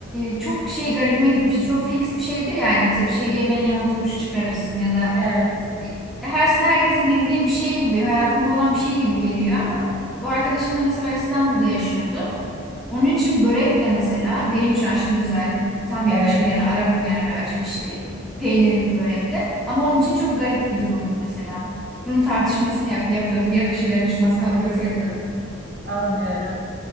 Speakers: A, in the centre; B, on the right.
A: e, çok şey garibime gitmişti. Çok fix bir şeydi yani T- şey yemeğin yanına turşu çıkarırsın ya da
B: Evet.
A: her aslında herkesin bildiği bir şey gibi hayatında olan bir şey gibi geliyor ama o arkadaşım da mesela İstanbul'da yaşıyordu. Onun için börekle mesela benim için aşırı güzel, tam
B: Evet.
A: yakışır yani ararım yani böyle acı bir şey. Peynirli bir börekle. Ama onun için çok garip bir durumdu mesela. Bunun tartışmasını yap- yapıyorduk. Yakışır yakışmaz kavgası
B: Evet.
A: yapıyorduk.
B: <laughs> <laughs> Anlıyorum.